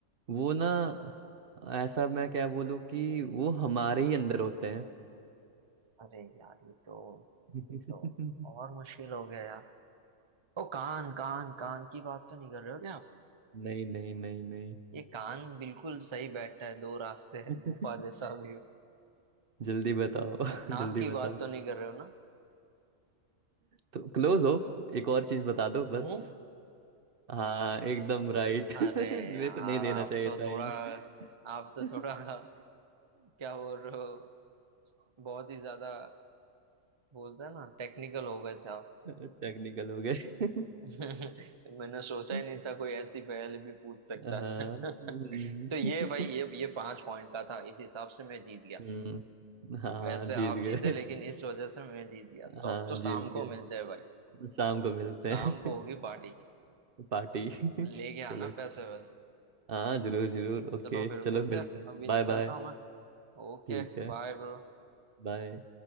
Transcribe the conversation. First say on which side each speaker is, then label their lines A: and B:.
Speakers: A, on the right (about 50°); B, on the right (about 30°).
A: वो ना ऐसा मैं क्या बोलूँ कि वो हमारे ही अंदर होते
B: अरे यार ये तो
A: हैं
B: ये तो
A: <laughs>
B: और मुश्किल हो गया यार ओ कान कान कान की बात तो नहीं कर रहे हो क्या आप
A: नहीं नहीं नहीं नहीं
B: ये कान बिल्कुल सही बैठा है दो रास्ते
A: <laughs>
B: है गुफा जैसा भी है।
A: जल्दी बताओ <laughs>
B: नाक
A: जल्दी
B: की
A: बताओ
B: बात तो नहीं कर रहे हो ना
A: तो क्लोज हो एक और चीज बता दो
B: मुंह
A: बस हाँ एकदम राइट
B: अरे
A: <laughs> मेरे
B: यार
A: को नहीं देना
B: आप
A: चाहिए
B: तो
A: था
B: थोड़ा
A: एंड
B: आप तो
A: <laughs>
B: थोड़ा <laughs> क्या बोल रहे हो बहुत ही ज्यादा बोलते हैं ना टेक्निकल हो गए थे आप
A: टेक्निकल हो गए
B: <laughs> मैंने सोचा
A: <laughs>
B: ही नहीं था कोई ऐसी पहेली भी पूछ सकता
A: हाँ
B: है
A: हम्म,
B: <laughs> तो ये भाई
A: <laughs>
B: ये ये पांच पॉइंट का था इस हिसाब से मैं जीत गया
A: हम्म, हाँ
B: वैसे
A: जीत
B: आप
A: गए
B: जीते लेकिन इस वजह से मैं जीत गया तो
A: हाँ
B: अब तो
A: जीत
B: शाम
A: गए
B: को मिलते हैं भाई
A: शाम को मिलते
B: शाम
A: हैं
B: को होगी पार्टी
A: <laughs> पार्टी <laughs>
B: लेके
A: चलो
B: आना पैसे वैसे
A: हाँ जरूर जरूर ओके
B: चलो फिर
A: चलो
B: मिलते
A: मिलते
B: हैं
A: हैं
B: अभी
A: बाय
B: निकलता
A: बाय
B: हूँ मैं Okay
A: ठीक है
B: bye bro
A: बाय